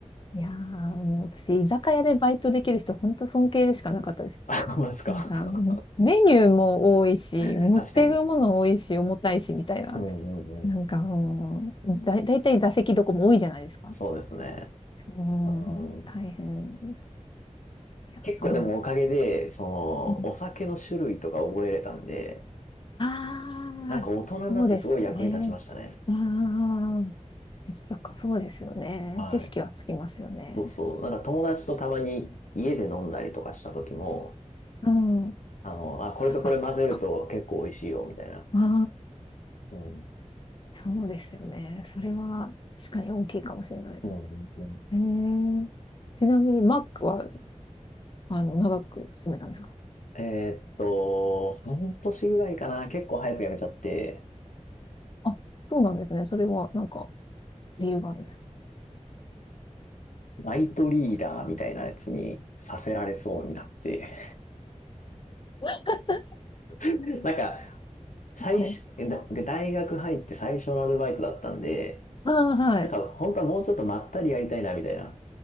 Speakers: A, on the left; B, on the left.
A: いやー、もう私、居酒屋でバイトできる人、本当尊敬でしかなかったです。
B: <laughs> あ、ほんまですか。
A: なんか、メニューも多いし、
B: <laughs>
A: 持っていくもの多いし、
B: 確かに。
A: 重たいし、みたいな。
B: うんうんうん。
A: なんかもう、だ、だいたい座席どこも多いじゃないですか。
B: そうですね。
A: う
B: うん。
A: ん、大変です。いや、
B: 結構でもおかげで、
A: すごい。
B: その、
A: あ
B: お酒の種類とか覚えれたんで、
A: ああ、
B: なんか大人になってすごい役に立ちましたね。
A: そうですよね。ああ、そっか、そうですよね。
B: はい。
A: 知識はつきますよね。
B: そうそう。なんか友達とたまに家で飲んだりとかした時も、
A: うん。あ、
B: あの、あ、これとこれ混ぜると結構美味しいよ、
A: あ
B: みたいな。
A: あ
B: うん。
A: ー、そうですよね。それは確かに大きいかもしれない。
B: うんうんうん
A: えー、ちなみに、マックは、あの、長く進めたんですか
B: えーっと、半年ぐらいかな、結構早く辞めちゃって、
A: あ、そうなんですね。それは、なんか、理由があるね。
B: バイトリーダーみたいなやつにさせられそうになって。
A: <laughs>
B: <laughs> なんか、最初、
A: はい
B: えだ大学入って最初のアルバイトだったんで、
A: ああ、はい。
B: なんか本当はもうちょっとまったりやりたいなみたいな